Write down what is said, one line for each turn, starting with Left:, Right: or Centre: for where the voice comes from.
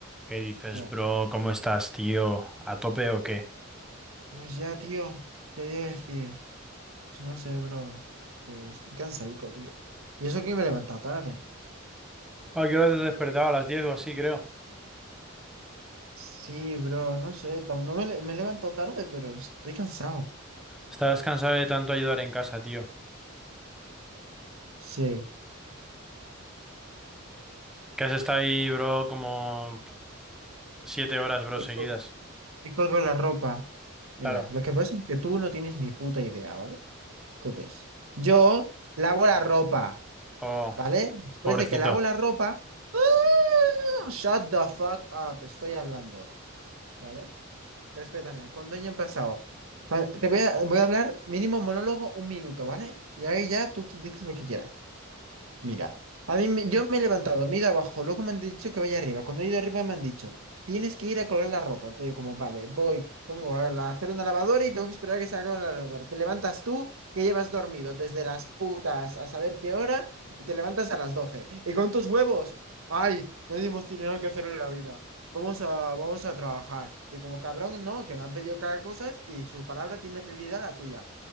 Centre: ¿Qué dices,
Right: Ya.
Centre: bro? ¿Cómo estás, tío? ¿A tope o qué?
Right: Pues ya, tío, quería decir, pues no sé, bro, que estoy cansadico, tío. Y eso que me he levantado tarde.
Centre: ¿A qué hora te has despertado? A las 10 o así, creo.
Right: Sí, bro, no sé, tam- no me, le- me he levantado tarde, pero estoy cansado.
Centre: ¿Estás cansado de tanto ayudar en casa, tío.
Right: Sí,
Centre: Que has estado ahí, bro, como siete horas, bro,
Right: me,
Centre: seguidas.
Right: col- me colgo la ropa. Mira,
Centre: Claro.
Right: lo que pasa es que tú no tienes ni puta idea, ¿vale? Entonces, yo lavo la ropa,
Centre: Oh,
Right: ¿vale? Después
Centre: pobrecito.
Right: de que lavo la ropa, ¡ah! Shut the fuck up, estoy hablando, ¿vale? Respétame, cuando hayan pasado, pa- te voy a, voy a hablar mínimo monólogo un minuto, ¿vale? Y ahí ya tú qui- dices lo que quieras. Mira, a mí me- yo me he levantado, me he ido abajo, luego me han dicho que vaya arriba. Cuando he ido arriba me han dicho, tienes que ir a colgar la ropa. Entonces, como, vale, voy, pongo a la- a hacer una lavadora y tengo que esperar a que se haga la lavadora. Te levantas tú, que llevas dormido desde las putas a saber qué hora, y te levantas a las 12. Y con tus huevos, ay, no tenemos dinero que hacer en la vida. Vamos a, vamos a trabajar. Y como cabrón, no, que me han pedido cada cosa y su palabra tiene prioridad a la tuya